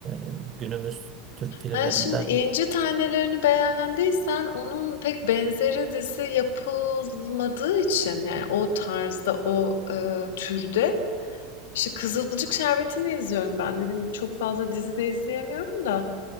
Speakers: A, on the right (about 30°); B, on the left (about 60°).
A: e, günümüz Türk filmlerinden.
B: Ha, şimdi İnci Tanelerini beğendiysen onun pek benzeri dizi yapılmadığı için yani o tarzda o e, türde işte Kızılcık Şerbeti'ni izliyorum ben. Dediğim gibi çok fazla dizi de izleyemiyorum da